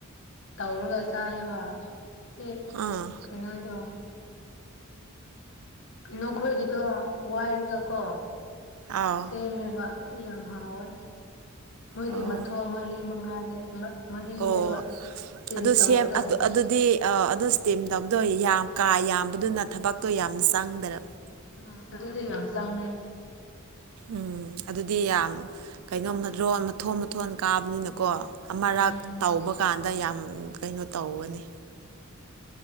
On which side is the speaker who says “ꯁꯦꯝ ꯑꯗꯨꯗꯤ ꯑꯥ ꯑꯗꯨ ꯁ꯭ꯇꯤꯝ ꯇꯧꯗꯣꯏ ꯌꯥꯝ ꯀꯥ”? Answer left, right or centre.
Right